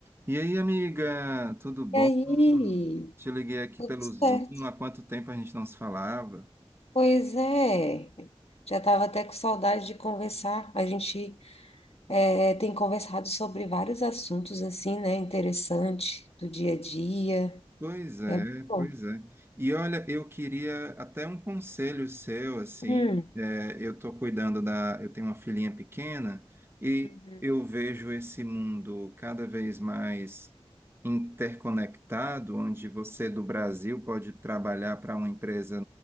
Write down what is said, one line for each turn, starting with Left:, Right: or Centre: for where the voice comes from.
Right: E aí, amiga, tudo bom?
Left: E aí,
Right: Te liguei aqui
Left: tudo
Right: pelo
Left: certo.
Right: Zoom, há quanto tempo a gente não se falava?
Left: Pois é, já estava até com saudade de conversar. A gente eh, tem conversado sobre vários assuntos assim, né? Interessante do dia a dia.
Right: Pois é,
Left: É muito bom.
Right: pois é. E olha, eu queria até um conselho seu, assim,
Left: Hum,
Right: é, eu estou cuidando da, eu tenho uma filhinha pequena e
Left: uhum,
Right: eu vejo esse mundo cada vez mais interconectado, onde você do Brasil pode trabalhar para uma empresa